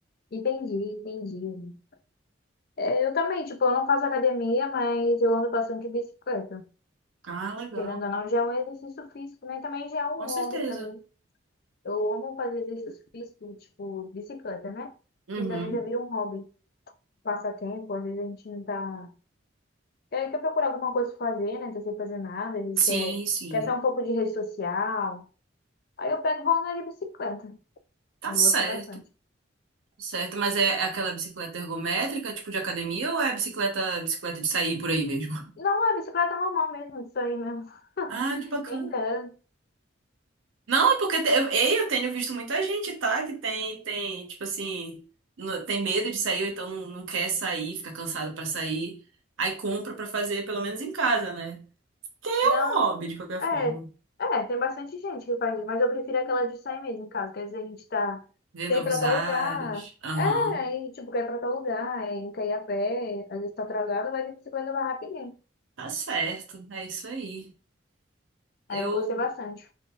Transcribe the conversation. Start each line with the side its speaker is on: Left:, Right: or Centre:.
Left: entendi, entendi. É, eu também, tipo, eu não faço academia, mas eu ando bastante de bicicleta.
Right: Ah, legal.
Left: Querendo ou não, já é um exercício físico, né? Também já é um
Right: Com
Left: hobby
Right: certeza.
Left: pra mim. Eu amo fazer exercício físico, tipo, bicicleta, né?
Right: Uhum.
Left: E também já vira um hobby, um passatempo, às vezes a gente não tá. Ele quer procurar alguma coisa pra fazer, né? Não tá sem fazer nada. eles
Right: Sim,
Left: quer,
Right: sim.
Left: quer sair um pouco de rede social. Aí eu pego e vou andar de bicicleta.
Right: Tá
Left: Eu
Right: certo,
Left: gosto bastante.
Right: tá certo. Mas é é aquela bicicleta ergométrica, tipo de academia, ou é bicicleta, bicicleta de sair por aí mesmo? <laughs>
Left: Não, é bicicleta normal mesmo, isso aí mesmo.
Right: Ah, que bacana.
Left: Quem dera.
Right: Não, é porque te- eu, ei, eu tenho visto muita gente, tá? Que tem, tem, tipo assim, no- tem medo de sair, ou então não, não quer sair, fica cansado pra sair. Aí compra pra fazer, pelo menos em casa, né? É
Left: Não.
Right: Um Hobby, de qualquer
Left: É,
Right: forma.
Left: é, tem bastante gente que faz isso, mas eu prefiro aquela de sair mesmo, em casa. Quer dizer, a gente tá.
Right: Ver
Left: Quer
Right: novos
Left: ir pra tal
Right: ares.
Left: lugar.
Right: Aham.
Left: É, aí, tipo, quer ir pra tal lugar, aí não quer ir a pé, às vezes tá atrasado, vai de bicicleta vai rapidinho.
Right: Tá certo. É isso aí. Eu
Left: Aí eu gostei bastante.